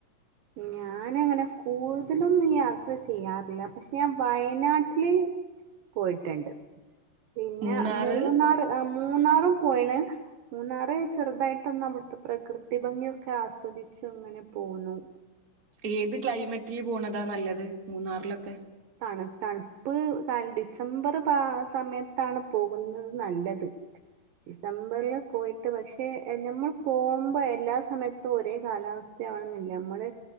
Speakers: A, on the right (about 70°); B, on the right (about 35°).
A: ഞാനങ്ങനെ കൂടുതലൊന്നും യാത്ര ചെയ്യാറില്ല പക്ഷെ ഞാൻ വയനാട്ടില് പോയിട്ടുണ്ട് പിന്നെ
B: മൂന്നാറ്
A: മൂന്നാർ മൂന്നാറും പോയിണ് മൂന്നാറ് ചെറുതായിട്ടൊന്ന് അവിടുത്തെ പ്രകൃതി ഭംഗിയൊക്കെ ആസ്വദിച്ചു അങ്ങനെ പോന്നു
B: ഏത് ക്ലൈമറ്റില് പോണതാ നല്ലത് മൂന്നാറിലൊക്കെ
A: തണ തണുപ് പ്പ് ഡിസംബർ പ സമയത്താണ് പോകുന്നത് നല്ലത് ഡിസംബറിൽ പോയിട്ട് പക്ഷേ നമ്മൾ പോകുമ്പോ എല്ലാ സമയത്തും ഒരേ കാലാവസ്ഥ നമ്മള്